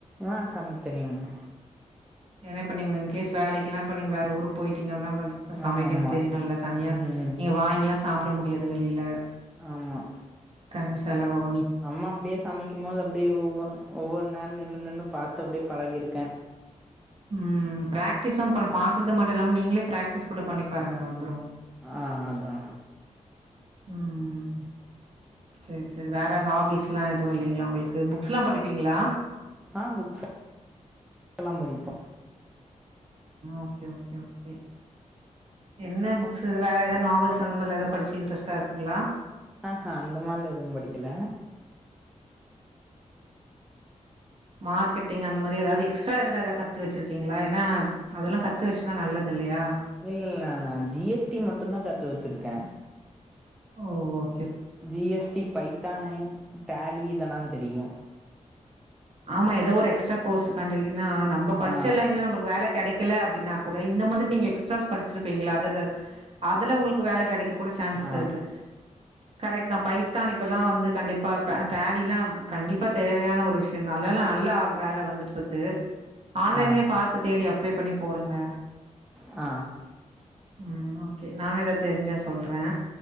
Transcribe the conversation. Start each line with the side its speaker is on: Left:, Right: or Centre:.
Centre: ஆஹ் சமைக்க தெரியுங்க
Right: ஏன்ன இப்ப நீங்க இன்கேஸ் வேலைக்கெல்லா இப்ப வேற ஊருக்கு போயிட்டீங்கனா வ சமைக்க
Centre: ஆமாம்மா
Right: தெரியு நல்ல தனியா
Centre: ம்
Right: நீங்க வாங்கிலா சாப்பிட முடியாத வெளியில
Centre: ஆமா
Right: கணுஷ் <unintelligible>
Centre: அம்மா அப்படியே சமைக்கு போது அப்படியே ஒவ்வ ஒவ்வொரு ஒவ்வொரு நேரோ நின்னு நின்னு பாத்து அப்பிடியே பழகியிருக்க
Right: உம் பிராக்டிஸும் ம் பாக்குறது மட்டு இல்லாம நீங்களே பிராக்டிஸ் கூட பண்ணி பாருங்க வந்துரு
Centre: ஆ அதா
Right: உம் சரி சரி வேற ஹாபிஸ் லா எதுவு இல்லைங்ளா உங்களுக்கு புக்ஸ் ல்லா படிப்பீங்களா
Centre: ஆ புக்ஸ் எல்லா படிப்பா
Right: ஓகே ஓகே ஓகே என்ன புக்ஸ் வேற ஏத நாவல்ஸ் அந்த மாதிரி ஏத படிச்சு இன்ட்ரெஸ்ட்டா இருக்குங்களா
Centre: ஆஹ்ஹ அந்த மாதிரில எதுவும் படிக்கல
Right: மார்க்கெட்டிங் அந்த மாரி ஏதாவது எக்ஸ்ட்ரா எதல்லா ஏதாவது கத்து வச்சிருக்கீங்களா ஏன்னா அதெல்லா கத்து வச்சுதா நல்லது இல்லையா
Centre: இல்ல இல்ல நா ஜி எஸ் டி மட்டுந் தா கத்து வச்சிருக்கே
Right: ஓ ஓ
Centre: G S T Python Tally இதெல்லா தெரியு
Right: ஆமா ஏதோ ஒரு எக்ஸ்ட்ரா கோர்ஸ் கண்டு இது னா நம்ம படிச்ச
Centre: ஆ
Right: லைன்ல நமக்கு வேல கெடைக்கு படிக்கல அப்டினா கூட இந்த மாதிரி நீங்க எக்ஸ்ராஸ் படிச்சிருபிங்ள அதர் அதுல உங்களுக்கு வேல கெடைக்க கூட சேஞ்சஸ்
Centre: ஆ
Right: இருக்கு கரெக்ட் தா பைத்தான் இப்பெல்லா வந்து கண்டிப்பா பே டேலிலா கண்டிப்பா தேவையான ஒரு விஷியோ அதனால லா நல்லா வேலை வந்துட்டு இருக்கு ஆன்லைன்லயே
Centre: ஆ
Right: பாத்து தேடி அப்ளை பண்ணி போடுங்க
Centre: ஆ
Right: ம் ஓகே நானு எதா தெரிஞ்சா சொல்றே